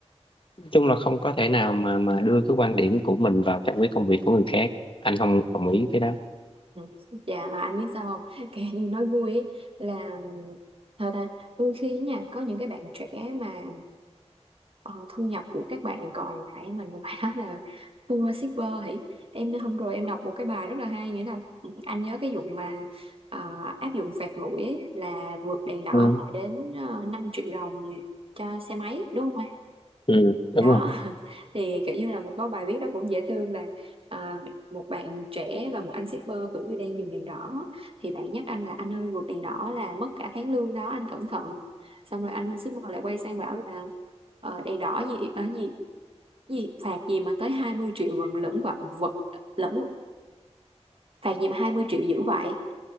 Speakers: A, on the left (about 50°); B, on the right (about 55°).
A: chung là không có thể nào mà mà đưa cái quan điểm của mình vào trong cái công việc của người khác anh không đồng ý cái đó
B: Ừ. Dạ mà anh biết sao không kể như nói vui ý, là thật ta đôi khi nha có những cái bạn trẻ mà ờ, thu nhập của các bạn còn phải mình phải nói là thua shipper hỉ em hôm rồi em đọc một cái bài rất là hay nghĩa là ừ, anh nhớ cái vụ mà ờ, áp dụng phạt nguội ấy, là vượt đèn đỏ
A: ừ.
B: là đến uh, 5 triệu đồng cho xe máy đúng không
A: ừ đúng
B: đó
A: rồi
B: <laughs> thì kiểu như là cũng có bài viết đó cũng dễ thương là à, một bạn trẻ và một anh shipper kiểu như đang dừng đèn đỏ thì bạn nhắc anh là anh ơi vượt đèn đỏ là mất cả tháng lương đó anh cẩn thận xong rồi anh shipper lại quay sang bảo là ờ, đèn đỏ gì ở gì gì phạt gì mà tới 20 triệu vẫn lẫn vật vật lẫn phạt gì mà 20 triệu dữ vậy